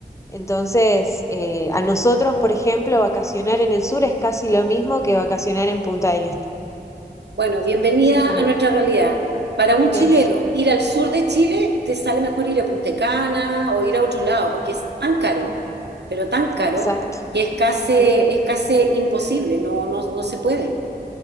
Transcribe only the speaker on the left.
Entonces, eh, a nosotros, por ejemplo, vacacionar en el sur es casi lo mismo que vacacionar en Punta del Este.
Así como,
eh,
exacto.
Ujú.